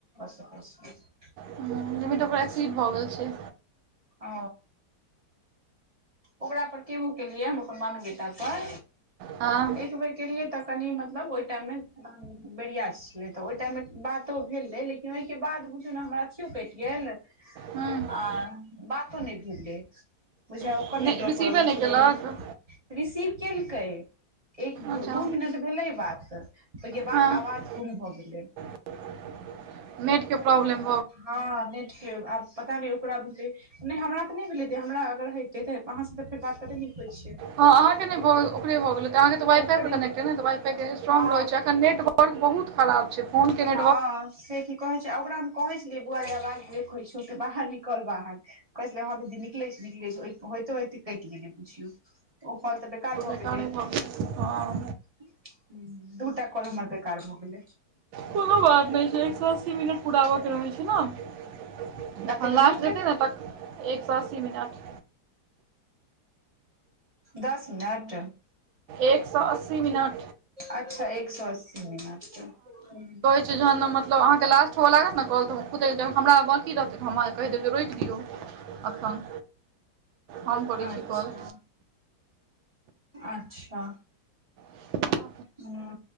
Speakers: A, on the right; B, on the right.
A: सकैत छियै
B: हुं, लिमिट
A: अच्छा
B: ओकर एक्सीड भ गेल छै।
A: ओ। ओकरा पर केबो केलिअइए हम अपन मामी बेटा पर,
B: हँ
A: त एकबेर केलियै त कनी मतलब ओइ टाइममे बेरिया छलै त ओइ टाइममे बातो भेलै ले कि ओय के बाद बुझयो नै हमरा अथियो केएट गेल आ
B: हँ
A: बातो नै भेलै बुझ
B: नहि
A: ओकर नेटवर्क
B: रिसीवे
A: प्रॉब्लम
B: नहि
A: छलै
B: केलक
A: रिसीव केलकै। एक
B: अच्छा
A: दु दू मिनट भेलै बात, ओय के बाद
B: हँ
A: अवाज गुम भऽ गेलै।
B: <inaudible> नेट के प्रॉब्लेम
A: हां नेट के आब पता नै ओकरा भेलै नै हमरा तऽ नै भेल हेते, हमरा अगर हेतै तऽ अहाँ से तऽ फेर बात कते नीक होय छै।
B: हां अहाँ के नै भ ओकरे भ गेल हेतै अहाँ के त वाइ-फाई
A: ओकरे
B: पर कनेक्ट अय नै त वाइ-फाई के स्ट्रांग
A: हँ
B: रहै छै, अखन नेटवर्क बहुत खराब छै, फोन केना
A: हां से की कहे छै ओकरा हम कहै छलियै बौअवा रे अवाज लिक होय छौ तु बाहर निकल बाहर कहै छलै हां दीदी निकलै छी, निकलै छी ओय होयते-होयते केएट गेलै बुझयौ। ओ कॉल तऽ बेकार भ
B: बेकारे
A: गेलै।
B: भऽ गेल हँ
A: हुं दुटा कॉल हमर बेकार भ गेलै।
B: कुनू बात नै छै एक सौ अस्सी मिनट पूरा हो के रहै छै ना जखन
A: कते मिनट
B: लास्ट जेतै ने तऽ एक सौ अस्सी मिनट।
A: दस मिनट।
B: एक सौ अस्सी मिनट।
A: अच्छा एक सौ अस्सी मिनट हुं।
B: से जहन मतलब अहाँ के लास्ट हुआ लागत नै कॉल तऽ हम खुदै जब हमरा बाकी रहतै तऽ हम अहाँ के कैह देब जे रोक दियौ। अखन हम करै
A: अच्छा
B: छी कॉल।
A: अच्छा।
B: हूँ
A: हुं